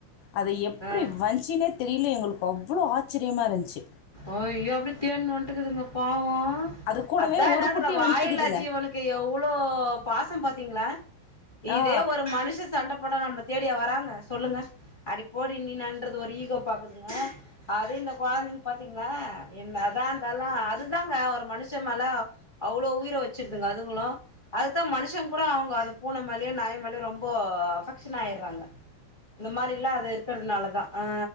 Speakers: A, on the left; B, on the left.
A: அது எப்டி
B: ஆ ஆ
A: வ ச்சுனே தெரில எங்களுக்கு அவ்ளோ ஆச்ரியமா இருச்சு
B: அய்யோ அப்டி தேனு வன்ட்டுக்குதுங்க பாவு
A: அது கூடவே
B: அதா என்னனு
A: ஒரு
B: தெரில
A: குட்டி
B: வாயில்லாத
A: வந்துட்டுக்குதுங்க.
B: ஜீவனுக்கு எவ்ளோ பாசோ பாத்திங்ளா இதே
A: ஆ.
B: ஒரு மனுச சண்ட போடா நம்ல தேடியா வராங்க சொல்லுங்க அடிப்போடி நீ நன்றது ஒரு ஈகோ பாக்குதுங்க அது இந்த கொழந்தைங்க பாத்திங்ளா என்னதா இருந்தாலு அதுதாங்க ஒரு மனுஷ மேல அவ்ளோ உயிரை வச்சிருதுங்க அதுங்களு அதுதா மனுஷன் கூட அவுங்க அ பூனை மேலயு நாய் மேலயு ரொம்ப அஃபெக்ஷன் ஆய்ட்ராங்க இந்த மாரில்லா அது இருக்கிறதுனாலதா அ